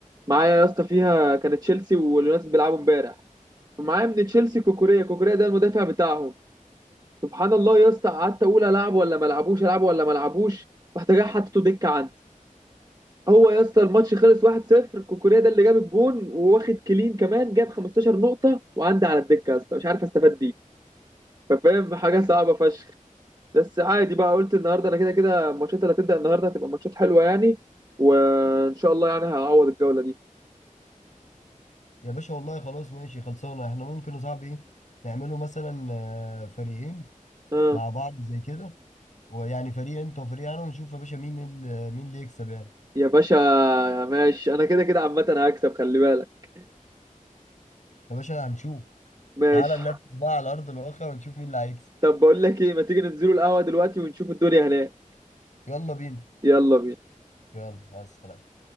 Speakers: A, on the right; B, on the left.
A: معايا يا اسطى فيها كانت تشيلسي واليونايتد بيلعبوا امبارح معايا من تشيلسي كوكوريا كوكوريا ده المدافع بتاعهم سبحان الله يا اسطى قعدت أقول ألعب ولا ما ألعبوش ألعب ولا ما ألعبوش رحت جاي حطيته دكة عندي هو يا اسطى الماتش خلص 1-0 كوكوريا ده اللي جاب الجون وواخد كلين كمان جاب 15 نقطة وعندي على الدكة يا اسطى مش عارف استفاد بيه ففاهم حاجة صعبة فشخ بس عادي بقى قلت النهارده انا كده كده الماتشات اللي هتبدأ النهارده هتبقى ماتشات حلوة يعني وان شاء الله يعني هعوض الجولة دي
B: يا باشا والله خلاص ماشي خلصانه احنا ممكن يا صاحبي ايه نعمله مثلا آه، فريقين
A: اه
B: مع بعض زي كده ويعني فريق انت وفريق انا ونشوف يا باشا مين ال- مين اللي يكسب يعني
A: يا باشا ماشي انا كده كده عامة هكسب خلي بالك
B: يا باشا هنشوف
A: ماشي
B: تعالى ننفذ بقى على ارض الواقع ونشوف مين اللي هيكسب
A: طب بقول لك ايه ما تيجي ننزلوا القهوة دلوقتي ونشوف الدنيا هناك
B: يلا بينا
A: يلا بينا
B: يلا مع السلامه